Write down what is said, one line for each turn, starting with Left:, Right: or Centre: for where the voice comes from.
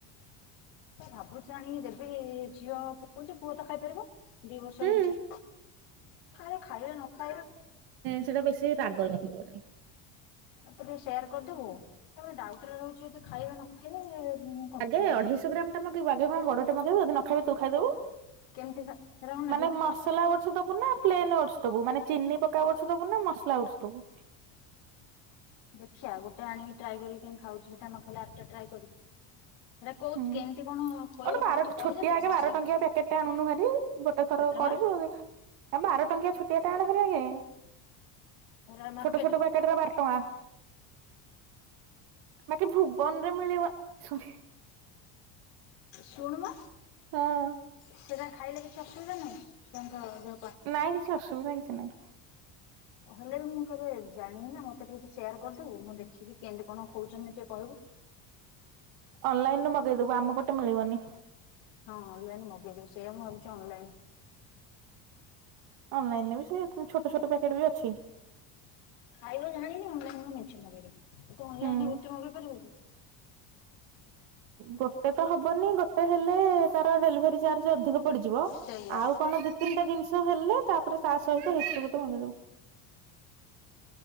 Left: ଭାବୁଛି ଆଣୀକି ଦେବି ଝିଅ ପକଉଛି ପୁଅ ତ ଖାଇପାରିବ? ଦି ବର୍ଷ
Right: ହୁଁ
Left: ହେଇଛି, ଆରେ ଖାଇବେ ନ ଖାଇବେ।
Right: ସେଇଟା ବେଶୀ ରାଗ ଲାଗିବନି।
Left: ମତେ ଟିକେ ସେୟାର କରିଦବୁ, ତାପରେ ଡାଉଟରେ ରହୁଛି ଯଦି ଖାଇବେ ନ ଖାଇବେ। କନଫ୍ୟୁଜ
Right: ଆଗେ ଅଢେଇଶହ
Left: ରହୁଛି।
Right: ଗ୍ରାମଟା ମଗେଇବୁ, ଆଗେ ବଡଟା ମଗେଇବୁ ଯଦି ନଖାଇବେ ତୁ ଖାଇଦବୁ।
Left: କେମିତି ଖା, ହେରା କଣ ନାଗିବ
Right: ମାନେ
Left: ମ?
Right: ମସଲା ଓଡ଼ସ ଦବୁ ନା ପ୍ଲେନ୍ ଓଡସ ଦବୁ, ମାନେ ଚିନି ପକା ଓଡସ ଦବୁ ନା ମସଲା ଉଡସ ଦବୁ?
Left: ଦେଖିଆ ଗୋଟେ ଆଣି ଟ୍ରାଏ କରିବି କେମି ଖାଉଛି ଗୋଟେ ନ ଖାଇଲେ ଆରଟା ଟ୍ରାଏ କରିବି। ହେରା କୋଉ
Right: ହୁଁ,
Left: କେମିତି କଣ ଖୋଇବ
Right: ଗୋଟେ ବାର
Left: ମତେ ତୁ କହିଦେଲେ
Right: ଛୋଟିଆ ଆଗେ
Left: ମୁଁ
Right: ବାର
Left: ସେଇ
Right: ଟଙ୍କିଆ
Left: ଅନୁସାରେ
Right: ପ୍ୟାକେଟଟେ ଆଣୁନୁ ଭାରି। ଗୋଟେ ଥର
Left: କେତେ ଟଙ୍କା?
Right: କରିବୁ ଯଦି ଆ ବାର ଟଙ୍କିଆ ଛୋଟିଆ ଆଣେ ଭାରି ଆଗେ।
Left: ହେରା ମାର୍କେଟରୁ
Right: ଛୋଟ ଛୋଟ ପ୍ୟାକେଟରା ବାର ଟଙ୍କା। ବାକି ଭୁବନରେ ମିଳିବ, <unintelligible>
Left: ଶୁଣ ମ।
Right: ହଁ।
Left: ସେରା ଖାଇଲେ କିଛି ଅସୁବିଧା ନାହିଁ, ଛୁଆ ଙ୍କ ଦେହ ପା?
Right: ନାଇଁ କିଛି ଅସୁବିଧା କିଛି ନାଇଁ।
Left: ହେଲେ ବି ମୁଁ କେବେ ଜାଣିନି ନା ମତେ ଟିକେ ସେୟାର କରିଦେବୁ ମୁଁ ଦେଖିକି କେମିତି କଣ ଖୋଉଛନ୍ତି ଟିକେ କହିବୁ।
Right: ଅନଲାଇନରୁ ମଗେଇଦବୁ, ଆମ ପଟେ ମିଳିବନି।
Left: ହଁ ଅନଲାଇନ୍ ମଗେଇଦେବି ସେୟା ମୁଁ ଭାବୁଛି ଅନଲାଇନ୍।
Right: ଅନଲାଇନରେ ବି ସେଇ ଛୋଟ ଛୋଟ ପ୍ୟାକେଟବି ଅଛି।
Left: ଖାଇବା ଜାଣିନି ଅନଲାଇନ ରୁ ମେଞ୍ଚେ ମଗେଇଦବୁ, ତୁ ଅନଲାଇନରେ
Right: ହୁଁ
Left: ଗୋଟେ ମଗେଇ ପାରିବୁ କି।
Right: ଗୋଟେ ତ ହବନି ଗୋଟେ ହେଲେ ତାର ଡେଲିଭରି ଚାର୍ଜ ଅଧିକ ପଡିଯିବ,
Left: ସେଇଆ
Right: ଆଉ କଣ ଦି ତିନିଟା ଜିନିଷ ହେଲେ ତାପରେ ତା ସହିତ ଏଥୁରୁ ଗୋଟେ ମଗେଇଦବୁ।